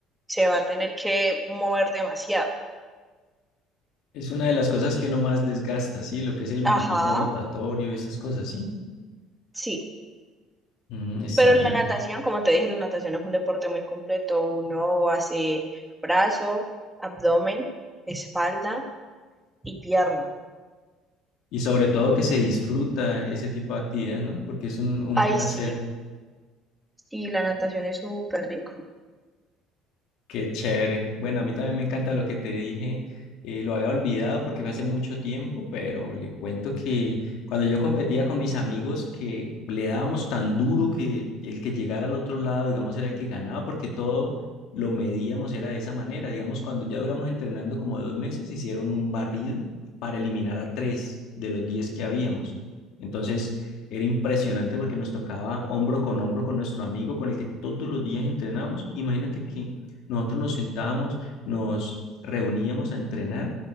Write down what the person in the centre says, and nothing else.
se va a tener que mover demasiado.
Ajá,
sí,
pero la
natación, como te dije, la natación es un deporte muy completo. Uno hace brazo, abdomen, espalda y pierna.
Ay,
sí. Sí, la natación es súper rico.